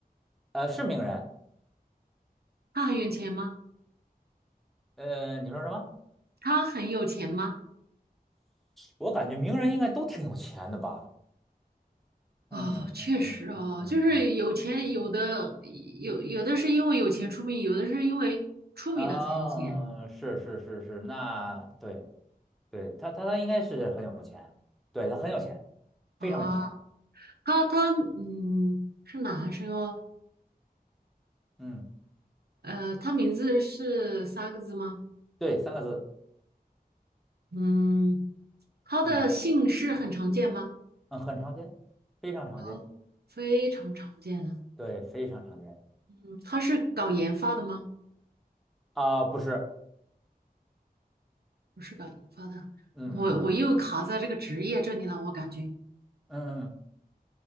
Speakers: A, in the centre; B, on the right (about 80°).
A: 呃，是名人，
B: 他很有钱吗？
A: 呃，你说什么？
B: 他很有钱吗？
A: 我感觉名人应该都挺有钱的吧？
B: 哦，
A: 嗯嗯嗯嗯嗯嗯嗯，
B: 确实哦，就是有钱，有的有有的是因为有钱出名，有的是因为出名了才有钱
A: 啊，是是是是，那对对，他他他应该是很有钱，对，他很有钱，
B: 啊。
A: 非常有钱，
B: 他他嗯是男生哦，
A: 嗯，
B: 呃，他名字是三个字吗？
A: 对，三个字，
B: 嗯，他的姓氏很常见吗？
A: 嗯嗯，很常见，非常常见，
B: 哦，非常常见了。
A: 对，非常常见，
B: 嗯，他是搞研发的吗？
A: 啊，不是，
B: 不是搞研发的，
A: 嗯嗯嗯
B: 我我又卡在这个职业这里了，我感觉
A: 嗯嗯，